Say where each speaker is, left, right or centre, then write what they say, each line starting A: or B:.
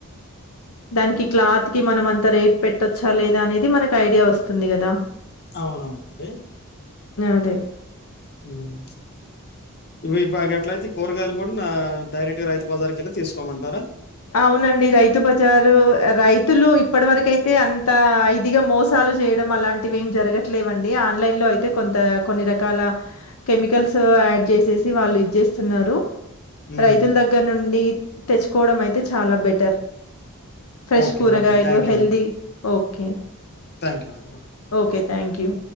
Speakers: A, on the left (about 75°); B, on the left (about 45°).
A: దానికి క్లాత్ కి మనం అంత రేట్ పెట్టొచ్చా లేదా అనేది మనకి ఐడియా వస్తుంది కదా
B: అవునవునండి.
A: అదే
B: హ్మ్. ఇవి ఇ ఇంగట్లయితే కూరగాయలు కూడా నా డైరెక్ట్ గా రైతు బజార్ కెళ్ళి తీసుకోమంటారా
A: అవునండి రైతు బజారు రైతులు ఇప్పటి వరకి అయితే అన్ త ఇదిగా మోసాలు చేయడం అలాంటివి ఏం జరగట్లేవండి ఆన్లైన్ లో అయితే కొంత కొన్ని రకాల కెమికల్సు యాడ్ చేసేసి వాళ్ళు ఇచ్చేస్తున్నారు
B: హ్మ్.
A: రైతుల దగ్గర నుండి తెచ్చుకోవడం అయి తే చాల బెటర్ ఫ్రెష్
B: ఓకే.
A: కూరగాయలు
B: ఓకే. థాంక్
A: Healthy
B: యూ అండి.
A: okay
B: thank you అండి.
A: Okay thank you